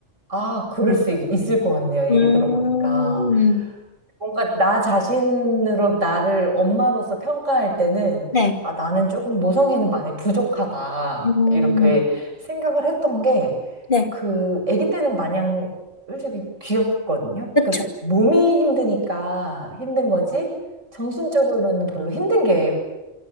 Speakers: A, on the right (about 85°); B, on the left (about 40°).
A: 아, 그럴
B: 네.
A: 수 있- 있을 것 같네요.
B: 음,
A: 얘기 들어보니까. 뭔가 나 자신으로 나를 엄마로서 평가할 때는,
B: 네.
A: 아, 나는 조금 모성애는 많이 부족하다.
B: 음,
A: 이렇게 생각을 했던 게,
B: 네.
A: 그 아기 때는 마냥 솔직히 귀엽거든요.
B: 그쵸.
A: 그러니까 몸이 힘드니까 힘든 거지 정신적으로는 별로 힘든 게